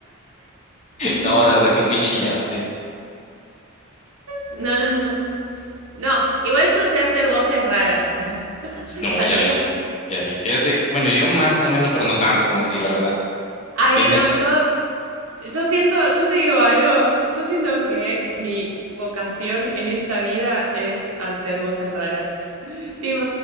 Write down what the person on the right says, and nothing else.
<laughs>
No, no, no. No, igual yo sé hacer voces raras. <laughs>
¿Sabías?
Ay,
no, yo Yo siento, yo te digo algo, yo siento que mi vocación en esta vida es hacer voces raras, <laughs> tipo